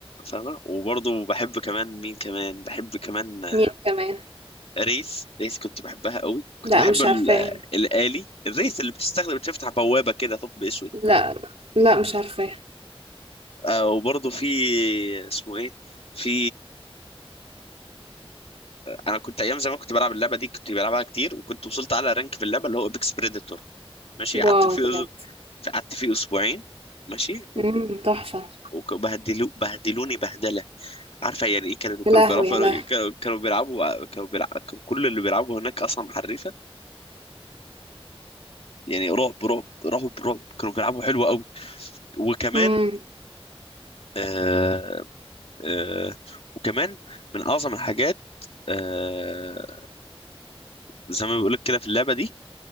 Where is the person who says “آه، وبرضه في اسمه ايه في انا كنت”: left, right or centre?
Left